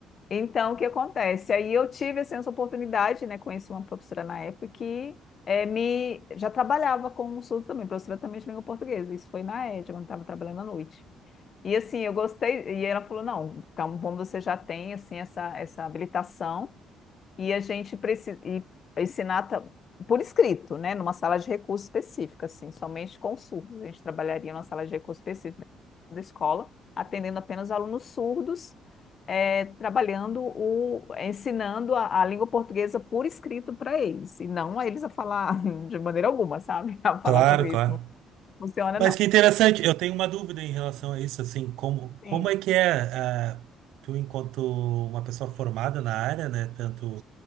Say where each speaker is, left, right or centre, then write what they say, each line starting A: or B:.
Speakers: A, on the left; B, on the right.
A: Então, o que acontece? Aí eu tive assim, essa oportunidade, né? Conheci uma professora na época que eh, me já trabalhava com o surdo também, professora também de língua portuguesa. Isso foi na ED, quando estava trabalhando à noite. E assim, eu gostei, e ela falou: não, calma, como você já tem assim, essa, essa habilitação e a gente precisa e ensinar por escrito, né, numa sala de recursos específica, assim, somente com surdos. A gente trabalharia numa sala de recursos específica da escola, atendendo apenas alunos surdos, é, trabalhando o, ensinando a, a língua portuguesa por escrito para eles, e não a eles a falar <laughs> de maneira alguma, sabe? <laughs> A falar
B: Claro,
A: o português
B: claro.
A: não funciona,
B: Mas
A: não.
B: que interessante, eu tenho uma dúvida em relação a isso, assim, como, como
A: Sim.
B: é que é, ah, tu enquanto uma pessoa formada na área, né, tanto